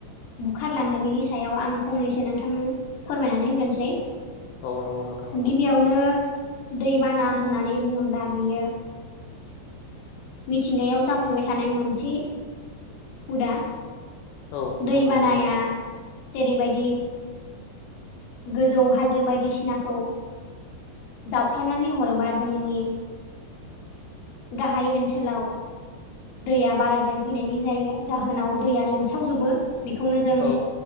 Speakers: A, on the left; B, on the left.
A: बुखारलाङो बेनि सायाव आं फंनैसो नोंथांनो फोरमायनानै होगोनसै
B: औ नंगौ नोंथां नंगौ
A: गिबियावनो दैबाना होननानै बुङोब्ला बेयो मिथिंगायाव जाफ्लेबाय थानाय मोनसे हुदा
B: औ
A: दैबानाया
B: नंगौ नोंथां
A: जेरैबायदि गोजौ हाजो बायदिसिनाखौ जावख्लायनानै हरोबा जोंनि गाहाय ओनसोल लाव दैया बाराद्राय फैनायनि जा-जाहोनाव दैया लोमसावजोबो बेखौनो जों
B: औ